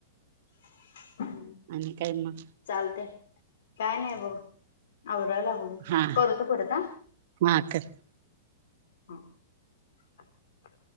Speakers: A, on the left (about 75°); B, on the right (about 60°).
A: <unintelligible>
B: आणि काय मग?
A: चालतंय काय नाही बघ आवरायला लागलोय
B: हा,
A: करतो परत हा
B: हा <unintelligible> कर
A: हो <unintelligible>